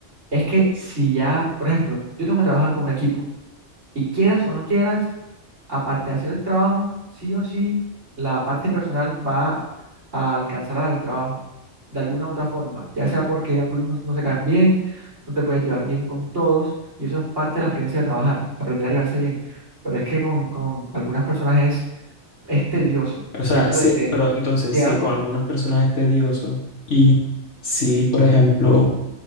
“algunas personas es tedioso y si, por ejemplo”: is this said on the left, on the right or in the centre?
Left